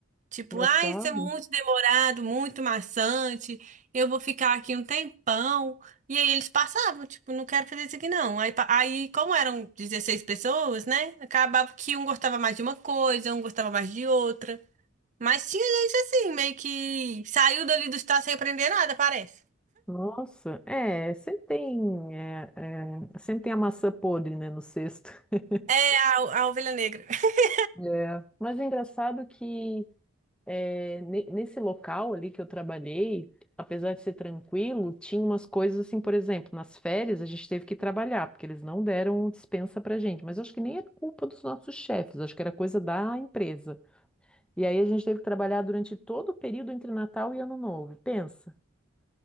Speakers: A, on the right; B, in the centre.
A: Tipo,
B: engraçado.
A: ah, isso é muito demorado, muito maçante, eu vou ficar aqui um tempão. E aí eles passavam, tipo, não quero fazer isso aqui não. Aí, pa- aí como eram 16 pessoas, né? Acabava que um gostava mais de uma coisa, um gostava mais de outra. Mas tinha gente assim, meio que saiu dali do estado sem aprender nada, parece.
B: Nossa, é, sempre tem, é, é, sempre tem a maçã podre, né, no cesto. <laughs>
A: É a, a ovelha negra. <laughs>
B: É. Mas é engraçado que é, ne- nesse local ali que eu trabalhei, apesar de ser tranquilo, tinha umas coisas assim, por exemplo, nas férias a gente teve que trabalhar, porque eles não deram dispensa pra gente. Mas acho que nem era culpa dos nossos chefes, acho que era coisa da empresa. E aí a gente teve que trabalhar durante todo o período entre Natal e Ano Novo. Pensa.